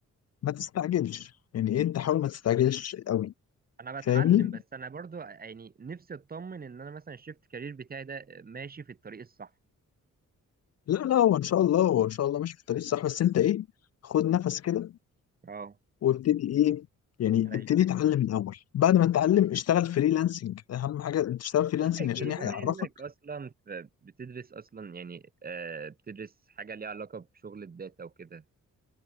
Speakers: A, on the left (about 55°); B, on the right (about 30°).
A: ما تستعجلش يعني ايه انت حاول ما تستعجلش قوي
B: انا
A: فاهمني
B: بتعلم بس انا برضو يعني نفسي اطمن ان انا مثلا الشيفت كارير بتاعي ده ماشي في الطريق الصح
A: لا لا هو ان شاء الله هو ان شاء الله ماشي في الطريق الصح بس انت ايه خد نفس كده
B: اه
A: وابتدي ايه يعني ابتدي
B: ايوه
A: اتعلم الاول بعد ما تتعلم اشتغل فريلانسنج اهم حاجه انت تشتغل
B: طب
A: فريلانسنج
B: بقول لك
A: عشان
B: ايه بما
A: هيعرفك
B: انك اصلا ف- بتدرس اصلا يعني آه بتدرس حاجه ليها علاقه بشغل الداتا وكده